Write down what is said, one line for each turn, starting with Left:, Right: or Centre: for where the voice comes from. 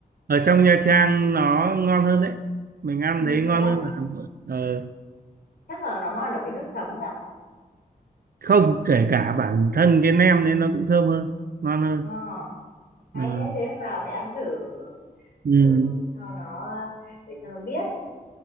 Right: ở trong Nha Trang nó ngon hơn đấy mình ăn
Left: Ừ,
Right: thấy ngon
Left: thế à?
Right: hơn là Hà Nội. Ờ,
Left: Chắc là nó ngon ở cái nước chấm nhỉ?
Right: không kể cả bản thân cái nem nên nó cũng thơm hơn ngon hơn
Left: Ờ, hay
Right: Ờ,
Left: thế thế vào phải ăn thử
Right: ừ.
Left: thử cho nó để cho nó biết.